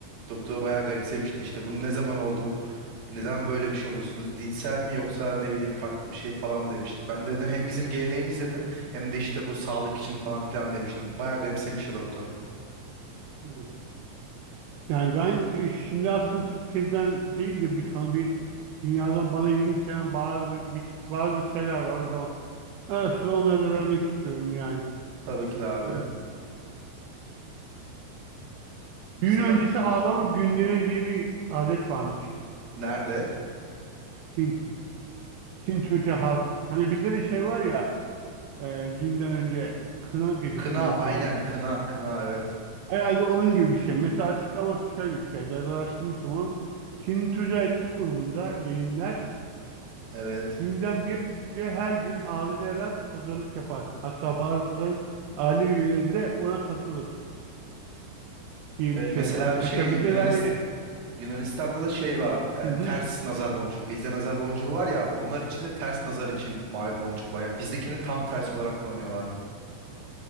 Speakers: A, on the right (about 55°); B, on the right (about 75°).
A: Doktor bayağı garipsemişti işte bunun ne zaman olduğun neden böyle bir şey oluyorsunuz dinsel mi yoksa ne bileyim farklı bir şey falan mı demişti. Ben dedim hem bizim geleneğimiz dedim hem de işte bu sağlık için falan filan demiştim. Bayağı garipsemişti doktor.
B: Evet. Yani ben e, şimdi aslında Türkiye'den değil de bir sana bir dünyadan bana ilginç gelen bazı bir, bazı şeyler var o zaman. Ara sıra onları da vermek istiyorum yani.
A: Tabii ki de abi.
B: Ee,
A: Mesela
B: düğün öncesi ağlama günleri diye bir adet varmış.
A: nerede?
B: Çin, Çin Türkçe halkı. Hani bizde de şey var ya e, düğünden önce kına gecesi
A: Kına
B: mi yapılıyordu?
A: aynen kına kına evet.
B: Herhalde onun gibi bir şey. Mesela açıklaması şöyle bir şey. Biraz araştırmıştım onu. Çin Türkçe etnik grubunda gelinler
A: Evet.
B: Düğünden bir önce her gün ağlayarak hazırlık yapar. Hatta bazen aile üyeleri de ona katılır diye
A: Evet
B: bir şey
A: mesela
B: var. Mesela
A: şey
B: bizde
A: Yunanistan
B: de hani
A: Yunanistan'da da şey var,
B: Hı
A: e, ters
B: hı,
A: nazar boncuk. Bizde nazar boncuğu var ya, onlar için de ters nazar için mavi boncuk var. Yani bizdekinin tam tersi olarak kullanıyorlar.